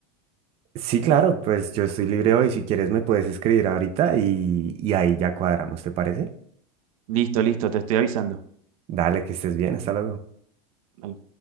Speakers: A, on the right; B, on the right.
A: Sí, claro, pues yo estoy libre hoy. Si quieres me puedes escribir ahorita y, y ahí ya cuadramos, ¿te parece?
B: Listo, listo, te estoy avisando.
A: Dale, que estés bien, hasta luego.
B: Vale.